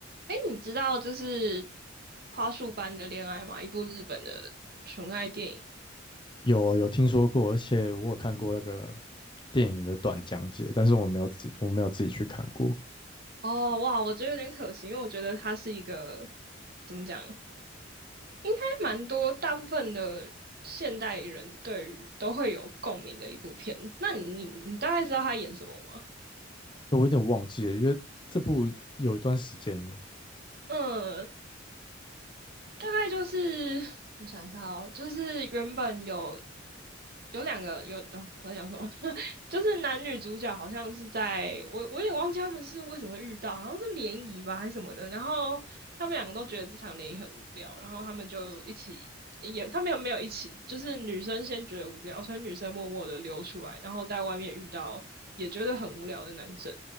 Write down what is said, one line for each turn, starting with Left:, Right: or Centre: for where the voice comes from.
Right: 哎，你知道就是花束般的恋爱吗？一部日本的纯爱电影。
Left: 有有听说过，而且我有看过那个电影的短讲解，但是我没有自我没有自己去看过，
Right: 哦，哇，我觉得有点可惜，因为我觉得它是一个怎么讲，应该蛮多大部分的现代人对于都会有共鸣的一部片。那你你大概知道他演什么吗？
Left: 我有点忘记了，因为这部有一段时间了，
Right: 嗯，大概就是我想一下哦，就是原本有有两个有啊，我在讲什么？<laughs> 就是男女主角好像是在我我有点忘记他们是为什么会遇到，好像是联谊吧还是什么的。然后他们两个都觉得这场联谊很无聊，然后他们就一起也他们有没有一起，就是女生先觉得无聊，所以女生默默的溜出来，然后在外面遇到也觉得很无聊的男生。